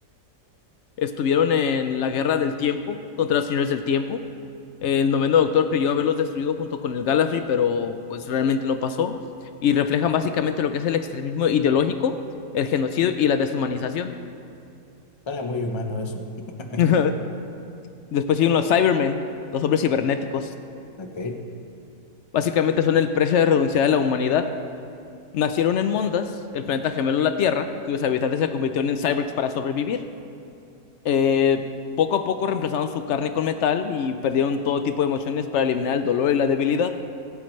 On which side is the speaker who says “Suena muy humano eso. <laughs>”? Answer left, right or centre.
Left